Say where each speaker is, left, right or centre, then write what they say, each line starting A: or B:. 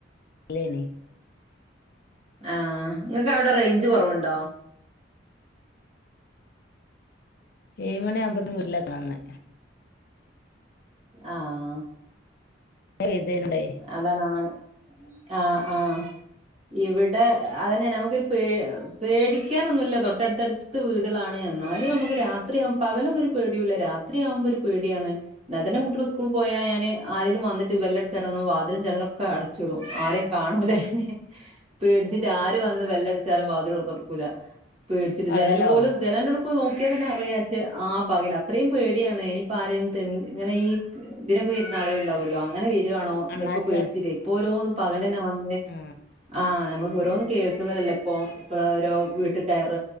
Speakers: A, on the left; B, on the right.
A: ല്ലേയ്ന്
B: ആഹ് ഇങ്ങൾക്ക് അവടെ റേഞ്ച് കൊറവുണ്ടോ?
A: ഏഴ് മണി ആകുമ്പത്തിനും വീട്ടിലെത്തണം ന്ന്
B: ആഹ്
A: ഏതേനുണ്ടായി
B: അതാണ് ആഹ് ആഹ് ആഹ് ഇവിടെ അതന്നെ നമുക്കൊരു പേ പേടിക്കാനൊന്നുല്ല തൊട്ടടുത്തടുത്ത് വീടുളാണ് എന്നാലും നമുക്ക് രാ ത്രിയാം പകലൊന്നും ഒരു പേടിയുല്ല രാത്രിയാവുമ്പോ ഒരു പേടിയാണ്. ന്നാ തന്നെ കുട്ടള് സ്കൂൾ പോയാ ഞാന് ആരെങ്കിലും വന്നിട്ട് ബെല്ലടിച്ച ച്ചാലൊന്നും വാതിലും ജനലൊക്കെ അടച്ചിടും ആരേം കാണൂലെന്ന് പേടിച്ചിട്ട് ആര് വന്ന് വെല്ലടിച്ചാലും വാതിലൊറന്നൊടുക്കൂല പേടിച്ചിട്ട്
A: പകലോ
B: ജനല് പോലും ജനല്ന് ഇപ്പൊ നോക്കിയാ തന്നെ അറിയാച്ചെ ആ പകൽ അത്രയും പേടിയാണ് ഇനിപ്പ ആരേലും തെൻ ഇങ്ങനെ ഈ തിനൊക്കെ വെരുന്ന ആളുകള് ണ്ടാവല്ലോ? അങ്ങനെ വെര് കാണോ
A: അണ്ണാച്ചകളൊക്കെ
B: തെപ്പോ പേടിച്ചിലെ ഇപ്പൊ ഓരോന്നും പകലന്നെ വന്നേ
A: ആ
B: ആഹ് ഞമ്മക്ക് ഓരോന്നും കേൾക്കുന്നതല്ലേ ഇപ്പൊ? ഇപ്പളോരോ വീട്ടീ കയറ